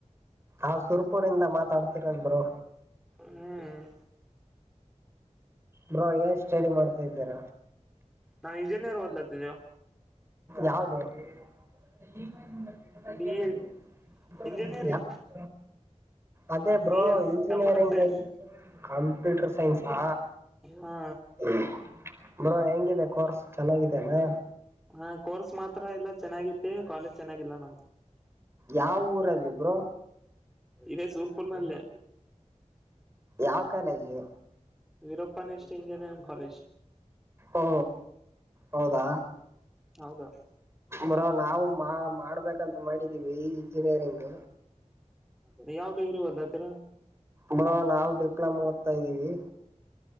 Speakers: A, on the right; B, in the centre.
A: ಆ ಸುರ್ಪುರಿಂದ ಮಾತಾಡ್ತಿರೋದು ಬ್ರೋ
B: ಹ್ಮ್
A: ಬ್ರೋ ಏನ್ ಸ್ಟಡಿ ಮಾಡ್ತಾ ಇದ್ದೀರ
B: ನಾನ್ ಇಂಜಿನಿಯರ್ ಓದ್ಲತ್ತಿದ್ದೇವು
A: ಯಾವುದು <inaudible> <unintelligible>
B: ಬಿ ಎ ಇಂಜಿನಿಯರಿಂಗ್
A: ಅದೇ bro
B: C S
A: engineering
B: computer science
A: <inaudible> computer ಸೈನ್ಸಾ
B: ಹಾ
A: <inaudible> ಬ್ರೋ ಹೆಂಗಿದೆ ಕೋರ್ಸ್ ಚೆನ್ನಾಗಿದ್ದೇನಾ
B: ಹ ಕೋರ್ಸ್ ಮಾತ್ರ ಎಲ್ಲಾ ಚೆನ್ನಾಗಿದೆ ಕಾಲೇಜ್ ಚೆನ್ನಾಗಿಲ್ಲ ನಮ್ದು
A: ಯಾವೂರಲ್ಲಿ ಬ್ರೋ
B: ಇದೇ ಸುರ್ಪುರ್ ನಲ್ಲಿ
A: ಯಾವ ಕಾಲೇಜು
B: ವಿರೂಪನಿಸ್ಟ್ ಇಂಜಿನಿಯರಿಂಗ್ ಕಾಲೇಜ್
A: ಓ ಹೌದಾ
B: ಹೌದಾ
A: ಬ್ರೋ ನಾವು ಮಾ ಮಾಡ್ಬೇಕಂತ ಮಾಡಿದೀವಿ ಈ ಇಂಜಿನಿಯರಿಂಗ್
B: ಹ ಯಾವ್ ಡಿಗ್ರಿ ಓದತಿರೋದು
A: ಬ್ರೋ ನಾವು ಡಿಪ್ಲೊಮ ಓದ್ತಾ ಇದೀವಿ